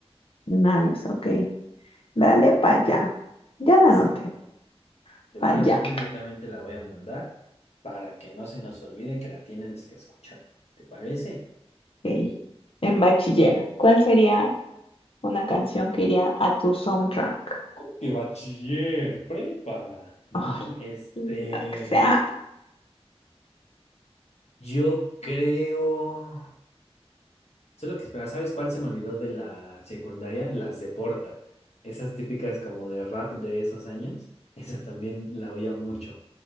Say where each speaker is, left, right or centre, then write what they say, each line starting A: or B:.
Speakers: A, on the left; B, on the left.
A: Nice, ok. Dale para allá.
B: <laughs>
A: Ya la
B: Exactamente.
A: anoté.
B: De
A: Para
B: todas
A: allá.
B: formas, yo también te la voy a mandar para que no se nos olvide que la tienes que escuchar. ¿Te parece?
A: Ok. En bachiller. ¿Cuál sería una canción que iría a tu soundtrack?
B: ¿Cómo que bachiller? Prepa. <laughs>
A: Ay,
B: Este...
A: lo que sea.
B: Yo creo. Solo que espera, ¿sabes cuál se me olvidó de la secundaria? Las de Porta. Esas típicas como de rap de esos años. <laughs> Esa también la oía mucho.